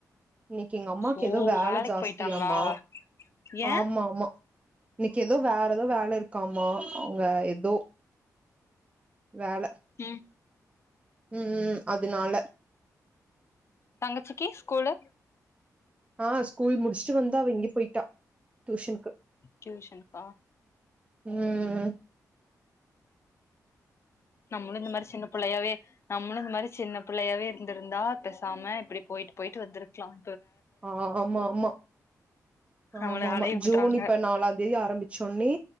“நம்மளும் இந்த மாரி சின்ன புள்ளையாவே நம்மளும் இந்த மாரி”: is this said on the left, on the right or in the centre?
Left